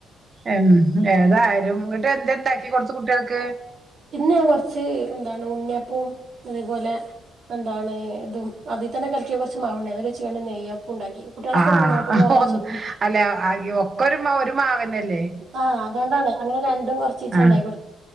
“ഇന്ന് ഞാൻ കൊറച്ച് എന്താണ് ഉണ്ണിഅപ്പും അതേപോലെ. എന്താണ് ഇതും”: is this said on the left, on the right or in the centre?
Right